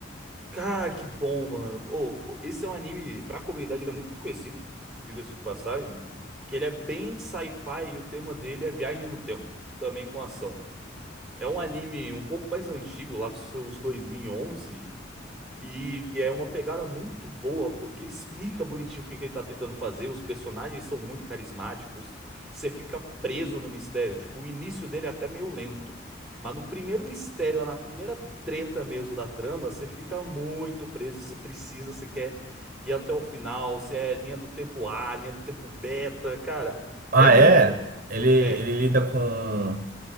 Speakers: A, in the centre; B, on the right (about 45°).
A: Cara, que bom, mano. Ô, esse é um anime, pra comunidade, ele é muito conhecido, diga-se de passagem, que ele é bem de sci-fi e o tema dele é viagem no tempo, também com ação. É um anime um pouco mais antigo, lá dos seus 2011. E é uma pegada muito boa, porque ele explica bonitinho o que que ele tá tentando fazer, os personagens são muito carismáticos, você fica preso no mistério, tipo, o início dele é até meio lento, mas no primeiro mistério, na primeira treta mesmo da trama, você fica muito preso, e você precisa, você quer ir até o final, se é linha do tempo A, linha do tempo beta, cara,
B: Ah,
A: é muito
B: é?
A: bom.
B: Ele, ele
A: É.
B: lida com